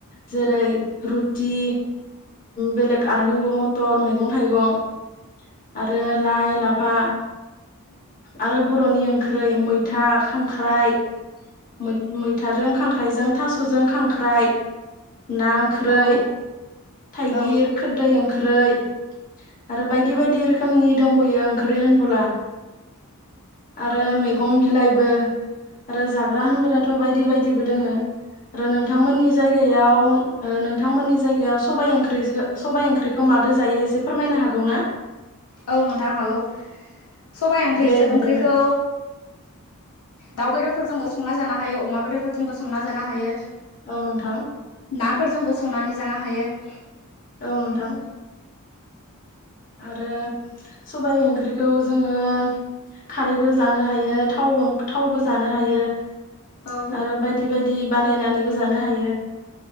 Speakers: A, on the left (about 40°); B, on the left (about 80°).
A: जेरै रुटि बेलेग आलु मथर मैगं थाइगं आरो लाइ-लाफाै आरो बरनि ओंख्रै मैथा, खांख्राय। खांख्राइ मै-मैथादों जों थासजों खांख्राइ। ना ओख्रै।
B: औ
A: थाइगिर
B: औ
A: खोरदै ओंख्रै। आरो बायदि बायदि रोखोमनि दंबयो ओंख्रि होनबोला। आरो मैगं बिलाइ। आरो जाग्रा होनबाथ बायदि बायदिबो दोङो आरो नोंथांमोननि जायगायाव ओ नोंथांमोननि जायगायाव सबाइ ओंख्रि सबाइ ओंख्रिखौ मादो जायो एसे फोरमायनो हागौ ना?
B: औ नोंथां हागौ सबाइ
A: दे बिदिबा
B: ओंख्रिखौ दाउ बेदरफोरजोंबो संना जानो हायो अमा बेदरफोरजोंबो संना जानो हायो।
A: औ नोंथां
B: नाफोरजोंबो संनानै जानो हायो। <inaudible>
A: औ नोंथां। आरो सबाय ओंख्रिखौ जोङो खारैबो जानो हायो थाव थावबो जानो हायो
B: औ
A: आरो बायदि बायदि बानायनानैबो जानो हायो